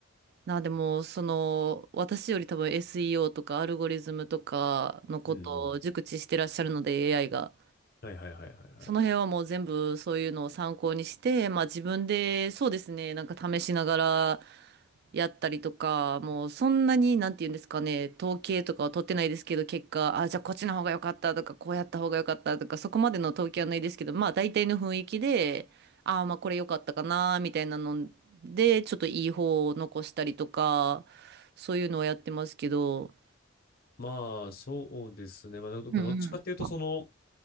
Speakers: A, on the right (about 55°); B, on the left (about 50°).
A: なんでも、その、私より多分 SEO とかアルゴリズムとかのことを熟知してらっしゃるので
B: うんうん。
A: AI が。
B: はいはいはいはいはい。
A: その辺はもう全部そういうのを参考にして、まあ自分でそうですね、なんか試しながらやったりとか、もうそんなになんて言うんですかね、統計とかは取ってないですけど、結果、あ、じゃあこっちの方が良かったとか、こうやった方が良かったとか、そこまでの統計はないですけど、まあ大体の雰囲気で、ああ、まあこれ良かったかな、みたいなので、ちょっといい方を残したりとか、そういうのをやってますけど、
B: まあ、そうですね。まあ、どどっちかっていうと、
A: うんうん。
B: その、